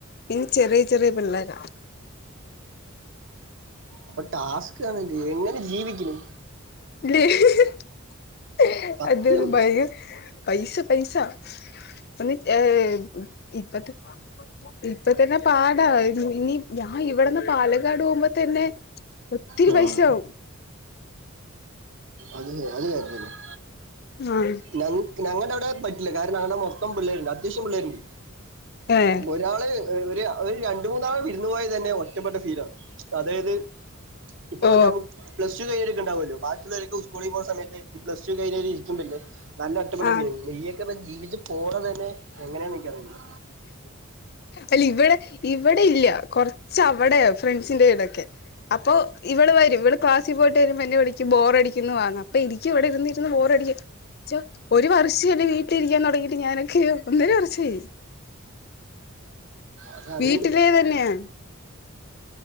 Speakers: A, on the left (about 45°); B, on the right (about 60°).
A: ഇനി ചെറിയ ചെറിയ പിള്ളേരാ
B: അപ്പൊ ടാസ്കാണല്ലേ എങ്ങനെ ജീവിക്കുന്നൂ
A: <unintelligible> <unintelligible>
B: സത്യം
A: പൈസ പൈസ <unintelligible> ഏ ഇപത്ത് ഇപ്പ തന്നെ പാടാ ഇനി ഞാൻ ഇവിടന്ന് പാല ക്കാട് പോകുമ്പോ തന്നെ ഒത്തിരി
B: ഞാൻ
A: പൈസാവും
B: ആഹ് അത് അത് <unintelligible>
A: ആഹ്
B: ഞങ്ങക്ക് ഞങ്ങടെ പറ്റില്ലാ കാരണം അവിടെ മൊത്തം പിള്ളേരുണ്ട് അത്യാശ്യം പിള്ളേരുണ്ട്
A: ഏഹ്
B: ഒരാള് ഒരു ഒരു രണ്ട് മൂന്നാള് വിരുന്നു പോയ തന്നെ ഇഷ്ടപ്പെട ഫീലാ അതായത് ഇപ്പോ
A: ഓ
B: നമുക്ക് പ്ലസ് ടു കഴിഞ്ഞിട്ടിണ്ടാവല്ലോ ബാക്കിയുള്ള സ്കൂളിൽ പോവുന്ന സമയത്ത് ഈ പ്ലസ് ടു കഴിഞ്ഞ് ഇരിക്കു മ്പന്നെ നല്ല ഒറ്റപ്പെട്ട
A: ആഹ്
B: ഫീലാ ജീവിച്ചു പോണത് തന്നെ എങ്ങനെയാന്നെനിക്കറിയില്ലാ
A: അല്ല ഇവിടെ ഇവിടെ ഇല്യാ കൊറച്ച് അവിടെയാ ഫ്രണ്ട്സിന്റെ വീടൊക്കെ അപ്പൊ ഇവള് വരും ഇവള് ക്ലാസ്സീ പോയിട്ട് വരുമ്പോ എന്റെ വിളിക്കും ബോറടിക്കുന്നു വാ എന്ന് അപ്പൊ എനിക്ക് എനിക്ക് ഇവിടെ ഇരുന്നിരുന്ന് ബോറടി ഒരു വർഷല്ലേ വീട്ടിലിരിക്കാൻ തൊടങ്ങിയിട്ട് ഞാനൊക്കെയാ ഒന്നര വർഷായി
B: അതറിയണ്ട്
A: വീട്ടിലേ തന്നെയാ